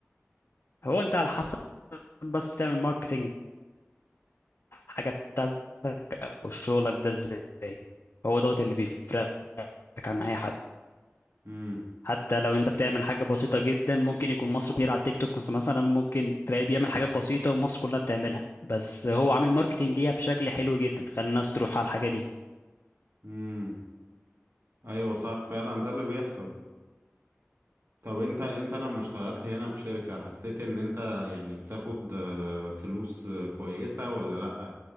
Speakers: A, on the left; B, on the right.
A: هو انت على حسب بس بتعمل ماركتنج حاجة بتاعتك أو شغلك ده إزاي هو دوت اللي بيفرقك عن أي حد
B: امم
A: حتى لو أنت بتعمل حاجة بسيطة جدا ممكن يكون مصر كتير على التيك توك بس مثلا ممكن تلاقيه بيعمل حاجات بسيطة ومصر كلها بتعملها بس هو عامل ماركتينج ليها بشكل حلو جدا خلى الناس تروح على الحاجة دي
B: امم ايوه صح فعلا ده اللي بيحصل طب انت انت لما اشتغلت هنا في شركة حسيت ان انت يعني بتاخد آه، فلوس آه، كويسة ولا لأ